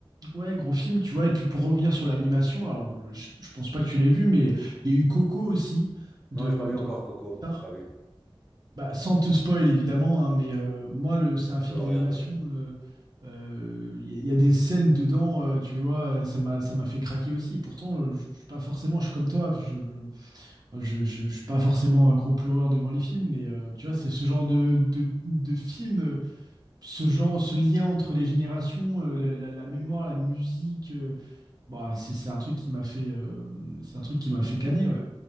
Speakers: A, on the right (about 40°); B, in the centre.
A: ouais, gros film, tu vois. Et puis pour revenir sur l'animation, alors je, je- je pense pas que tu l'aies vu, mais il y a eu Coco aussi
B: Non,
A: de,
B: j'ai pas vu
A: de
B: encore Coco,
A: Pixar.
B: j'ai pas vu.
A: Bah, sans te spoil évidemment, hein, mais euh, moi le, c'est un
B: Je
A: film
B: dois le
A: d'animation.
B: regarder, ouais.
A: euh, euh, Il y, a il y a des scènes dedans, euh, tu vois, euh, ça m'a ça m'a fait craquer aussi. Pourtant, euh, je je suis pas forcément, je suis comme toi, je, je, je, je- je suis pas forcément un gros pleureur devant les films, mais euh, tu vois, c'est ce genre de, de, de film, euh, ce genre, ce lien entre les générations, euh, la, la- la mémoire, la musique, euh, bah, c'est c'est un truc qui m'a fait, euh, c'est un truc qui m'a fait caner, ouais.